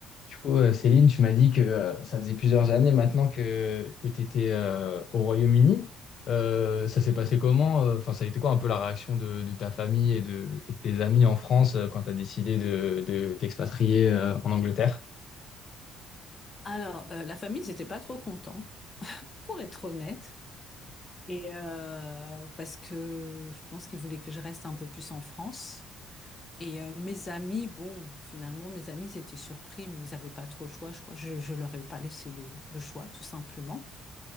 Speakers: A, on the left; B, on the left.
A: Du coup, euh, Céline, tu m'as dit que euh, ça faisait plusieurs années maintenant que, que tu étais euh, au Royaume-Uni. Euh, ça s'est passé comment? euh, Enfin, ça a été quoi un peu la réaction de, de ta famille et de, et de tes amis en France euh, quand tu as décidé de, de t'expatrier euh, en Angleterre?
B: Alors, euh, la famille, ils n'étaient pas trop contents, pour être honnête. Et euh, parce que je pense qu'ils voulaient que je reste un peu plus en France. Et euh, mes amis, bon, finalement, mes amis, ils étaient surpris, mais ils n'avaient pas trop le choix, je crois. Je, je leur ai pas laissé le, le choix, tout simplement.